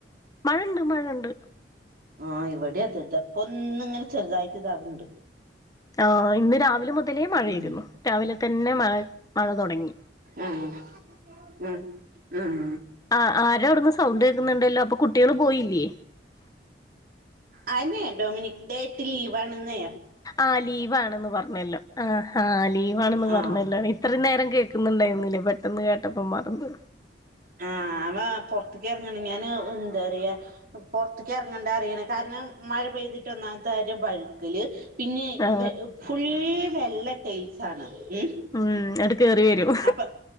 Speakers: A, on the left; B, on the right.
A: മഴണ്ട് മഴണ്ട്
B: ആഹ് ഇവിടെയത് തെ പ്പൊന്നുങ്ങനെ ചെറുതായിട്ട് ഇതാവ്ണ്ട്
A: ആഹ് ഇന്ന് രാവിലെ മുതലേ മഴയായിരുന്നു
B: ഉം
A: രാവിലെ തന്നെ മഴ മഴ തൊടങ്ങി
B: ആഹ് ആഹ് ആഹ്
A: ആഹ് ആരവിടുന്ന് സൗണ്ട് കേൾക്കുന്നുണ്ടല്ലോ അപ്പൊ കുട്ടേള് പോയില്ലേ
B: അഹെന്നെ ഡൊമിനിക് ഡേ ആയിട്ട് ലീവാണിന്ന്
A: ആ ലീവാണെന്ന് പറഞ്ഞല്ലോ ആഹാ ലീവാണെന്ന്
B: ആഹ്
A: പറഞ്ഞല്ലോ നീ ഇത്രയും നേരം കേൾക്കുന്നുണ്ടായിരുന്നില്ലേ പെട്ടെന്ന് കേട്ടപ്പോ മറന്ന്
B: ആഹ് അവ പൊർത്ത്ക്ക് എറങ്ങാണ് ഞാന് എന്തറിയാ പൊർത്തിക്ക് എറങ്ങണ്ടാറിയിണ്‌ കാരണം മഴ പെയ്തിട്ട് ഒന്നാമത്തെ കാര്യം വഴുക്കല് പിന്നെയ്
A: ആ
B: ബെ ഫുൾ വെള്ള ടൈൽസ് ആണ് ഉം
A: ഉം അട് കയറി വരും
B: അപ്പ